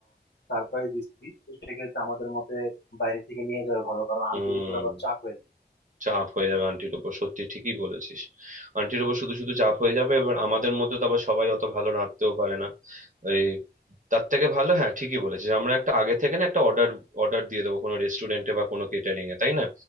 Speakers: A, on the left (about 85°); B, on the right (about 50°).
A: সারপ্রাইজ দিচ্ছি তো সেক্ষেত্রে আমাদের মতে বাইরে থেকে নিয়ে যাওয়া ভালো কারণ
B: হুম
A: আনতে গিয়ে পুরো আবার চাপ হয়ে যায়।
B: চাপ হয়ে যাবে আন্টির উপর সত্যি ঠিকই বলেছিস আন্টির উপর শুধু শুধু চাপ হয়ে যাবে এবার আমাদের মধ্যে তো আবার সবাই অত ভালো রাঁধতেও পারে না এই তার থেকে ভালো হ্যাঁ ঠিকই বলেছিস আমরা একটা আগে থেকে না একটা অর্ডার অর্ডার দিয়ে দেবো কোনো রেস্টুরেন্টে বা কোনো কেটারিং এ তাই না